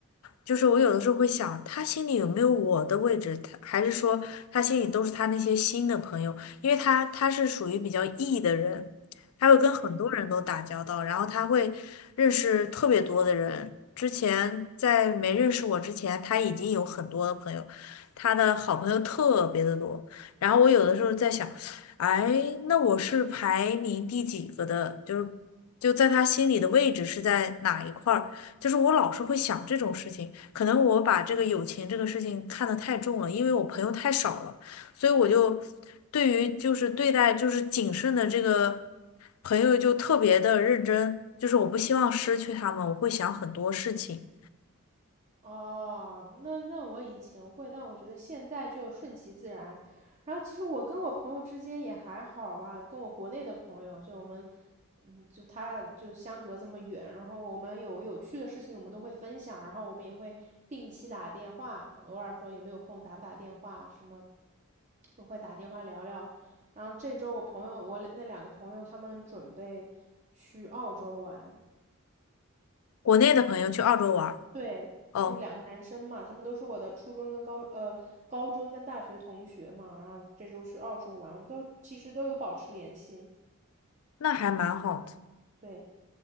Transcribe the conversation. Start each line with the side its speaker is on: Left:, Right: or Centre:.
Left: 就是我有的时候会想，他心里有没有我的位置？他还是说他心里都是他那些新的朋友，因为他他是属于比较 E 的人，他会跟很多人都打交道，
Right: 嗯。
Left: 然后他会认识特别多的人。之前在没认识我之前，他已经有很多的朋友，他的好朋友特别的多。然后我有的时候在想，哎，那我是排名第几个的？就是就在他心里的位置是在哪一块儿？就是我老是会想这种事情，可能我把这个友情这个事情看得太重了，因为我朋友太少了，所以我就对于就是对待就是谨慎的这个朋友就特别的认真，就是我不希望失去他们，我会想很多事情。
Right: 哦，那那我以前会，但我觉得现在就顺其自然。然后其实我跟我朋友之间也还好吧，跟我国内的朋友，就我们，嗯，就他就相隔这么远，然后我们有有趣的事情我们都会分享，然后我们也会定期打电话，偶尔说有没有空打不打电话什么，我会打电话聊聊。然后这周我朋友我那两个朋友他们准备去澳洲玩，
Left: 国内的朋友去澳洲玩儿，
Right: 对，
Left: 哦，
Right: 就是两个男生嘛，他们都是我的初中跟高呃高中跟大学同学嘛，然后这周去澳洲玩，我们都其实都有保持联系。
Left: 那还蛮好的。
Right: 对